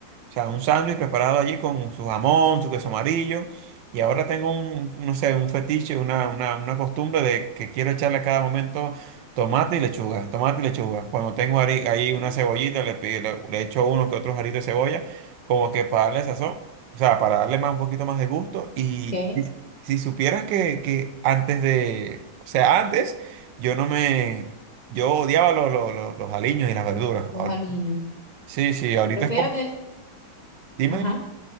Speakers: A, on the right (about 80°); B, on the left (about 35°).
A: o sea, un sándwich preparado allí con su jamón, su queso amarillo, y ahora tengo un, no sé, un fetiche, una, una, una costumbre de que quiero echarle a cada momento tomate y lechuga, tomate y lechuga. Cuando tengo ahí, ahí una cebollita, le, pi- le, le echo uno que otros aritos de cebolla, como que para darle sazón, o sea, para darle más, un poquito más de gusto, y
B: ¿ok?
A: y si supieras que, que antes de, o sea, antes... Yo no me... Yo odiaba los, los, los, los aliños y las verduras.
B: Los
A: Ahorita-
B: aliños.
A: Sí, sí, ahorita
B: Pero
A: es
B: fíjate,
A: como... Dime.
B: ajá.